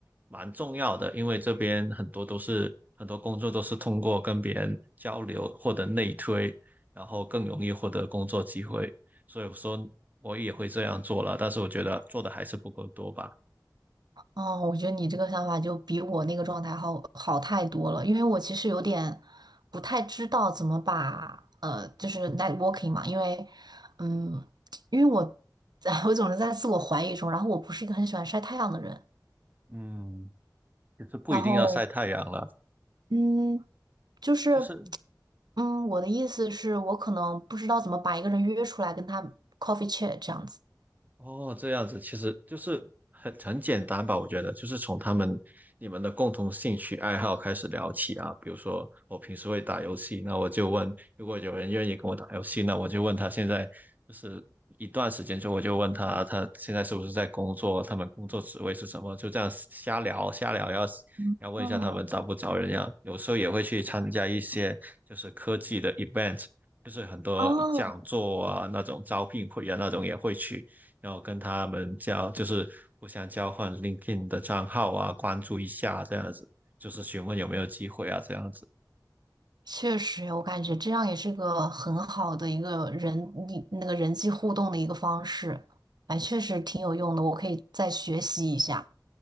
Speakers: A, on the right; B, on the right.
A: 蛮重要的，因为这边很多都是很多工作都是通过跟别人交流获得内推，然后更容易获得工作机会，所以我说我也会这样做了，但是我觉得做的还是不够多吧。
B: 哦，我觉得你这个想法就比我那个状态好好太多了，因为我其实有点不太知道怎么把呃，就是 networking 嘛，因为嗯，因为我 <laughs> 我总是在自我怀疑中，然后我不是一个很喜欢晒太阳的人，
A: 嗯，就是不一定要晒太阳了，
B: 然后嗯，就是
A: 就是
B: 嗯，我的意思是我可能不知道怎么把一个人约出来跟他 coffee chat 这样子。
A: 哦，这样子其实就是很很简单吧，我觉得就是从他们你们的共同兴趣爱好开始聊起啊。比如说我平时会打游戏，那我就问，如果有人愿意跟我打游戏，那我就问他现在就是一段时间之后，我就问他他现在是不是在工作，他们工作职位是什么，就这样瞎聊瞎聊，要
B: 嗯，
A: 要问一下他们招不招人呀。
B: 哦
A: 有时候也会去参加一些就是科技的 event。就是很多讲座啊，
B: 哦，
A: 那种招聘会啊，那种也会去，然后跟他们交，就是互相交换 LinkedIn 的账号啊，关注一下这样子，就是询问有没有机会啊，这样子。
B: 确实，我感觉这样也是个很好的一个人，你那个人际互动的一个方式，哎，确实挺有用的，我可以再学习一下。